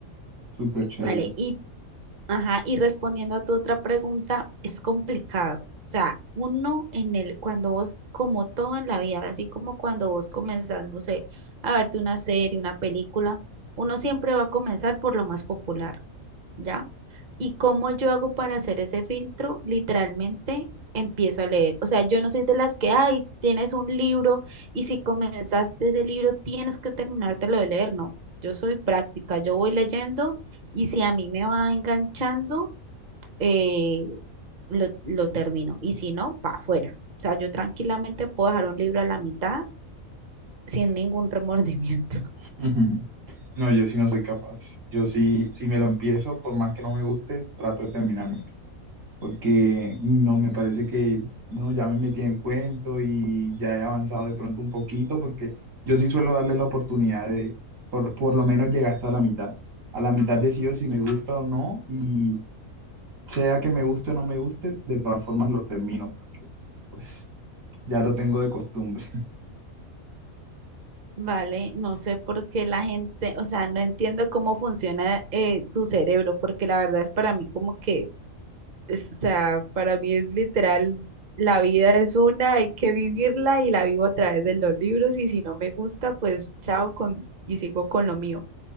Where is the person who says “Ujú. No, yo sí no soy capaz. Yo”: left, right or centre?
Right